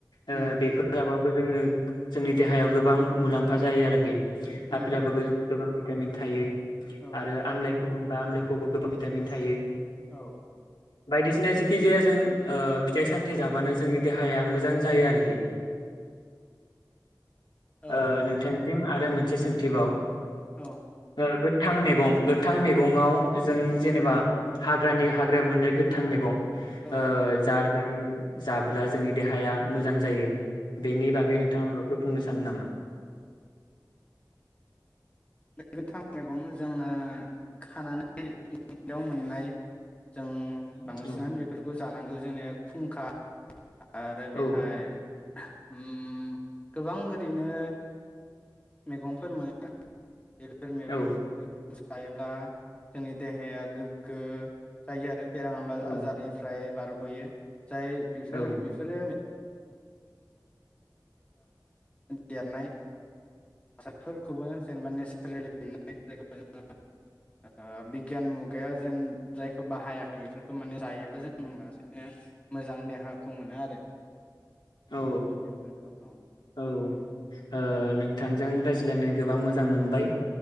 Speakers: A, on the left (about 85°); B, on the left (about 15°).
A: ओ
B: उम
A: बेखौ जाबा बो जोङो जोंनि देहायाव गोबां मुलाम्फा जायो आरोखि
B: उम
A: आपेलाबो गोबां भिटामिन थायो
B: औ
A: आरो आमलाय गुबुनबा आमलायखौबो गोबां भिटामिन थायो
B: औ
A: बायदिसिना जेखि जाया जों ओ फिथाइ सामथाइ जाबानो जोंनि देहाया मोजां जायो आरोखि
B: औ
A: ओ नोंथां फिन आरो मोनसे सोंथिबाव
B: औ
A: ओ गोथां मैगं गोथां मैगाव जों जेनेबा हाग्रानि हाग्रायाव मोननाय गोथां मैगं
B: औ
A: ओ
B: नोंथां
A: जा जों जाबोला जोंनि देहाया मोजां जायो बेनि बागै नोंथांमोना फोर बुंनो सानो नामा
B: गोथां मैगं जोङो खानानै मोननाय जों बांसिनानो
A: औ
B: बेफोरखौ जानांगौ जोंनि खुंखा आरो बेहाय
A: औ
B: उम गोबां ओरैनो मैगंफोर मोनो बेफोर मेगंफोरखौबो
A: औ
B: जायोब्ला जोंनि देहाया गोग्गो जायो आरो बेराम आजारनिफ्राय
A: औ
B: बारगयो जाय बिफोरो
A: औ
B: बेफोरो देरनाय हासारफोरखौबो जेनेबा ओ बिगियान मुगायाव जेन जायखौ बाहायाखै बेफोरखौ माने जायोब्ला जों बांसि मोजां देहाखौ मोनो आरो
A: औ
B: प्रतिन औ
A: औ ओ नोंथांजों रायज्लायनो गोबां मोजां मोनबाय